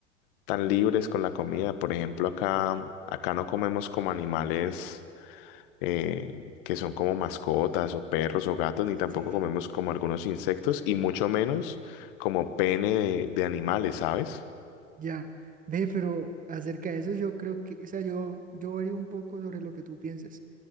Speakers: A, on the left (about 45°); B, on the right (about 20°).
A: tan libres con la comida. Por ejemplo, acá, acá no comemos como animales eh, que son como mascotas o perros o gatos, ni
B: Sí,
A: tampoco comemos como algunos insectos y mucho menos como pene de, de animales, ¿sabes?
B: ya. Ve, pero acerca de eso yo creo que, o sea, yo, yo varío un poco sobre lo que tú piensas.